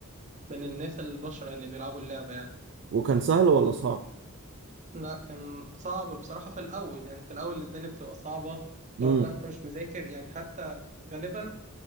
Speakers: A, on the right; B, on the right.
A: من الناس البشر اللي بيلعبوا اللعبه يعني
B: وكان سهل ولا صعب
A: لا كان صعب بصراحه في الاول يعني في الاول الدنيا بتبقى صعبه
B: امم
A: تقعد بقى انت مش مذاكر يعني حتى غالبا